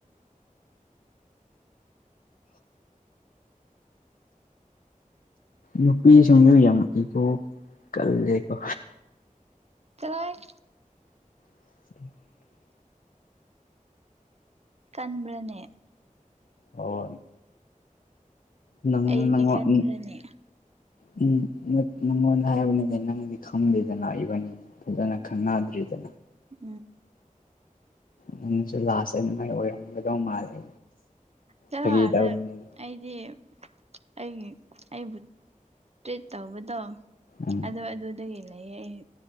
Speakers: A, on the left; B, on the right.
A: ꯅꯨꯄꯤꯁꯤꯡꯗꯨ ꯌꯥꯝ ꯏꯒꯣ ꯀꯜꯂꯦꯀꯣ
B: ꯆꯂꯣꯍꯦꯛ
A: ꯎ <inaudible>
B: ꯀꯟꯕ꯭ꯔꯅꯦ
A: ꯍꯣꯏ ꯅꯪ
B: ꯑꯩꯗꯤ
A: ꯅꯉꯣꯟ
B: ꯀꯟꯕ꯭ꯔꯅꯦ
A: ꯎꯝ ꯎꯝ ꯅꯪ ꯅꯉꯣꯟꯗ ꯍꯥꯏꯕꯅꯤ ꯅꯪꯗꯤ ꯈꯪꯗꯦꯗ ꯏꯕꯅꯤ ꯐꯖꯅ ꯈꯪꯅꯗ꯭ꯔꯤꯗꯅ
B: ꯍ <inaudible>
A: ꯅꯪꯁꯨ <unintelligible> ꯑꯣꯏꯔꯝꯒꯗꯧꯕ ꯃꯥꯜꯂꯦ
B: ꯆꯠꯂꯣ
A: ꯐꯥꯒꯤ
B: ꯑꯥꯗ
A: ꯇꯧꯕꯅꯦ
B: ꯑꯩꯗꯤ ꯑꯩꯒꯤ ꯑꯩꯕꯨ ꯇ꯭ꯔꯤꯠ ꯇꯧꯕꯗꯣ
A: ꯎꯝ
B: ꯑꯗꯣ ꯑꯗꯨꯗꯒꯤ ꯂꯩꯌꯦ ꯑꯩ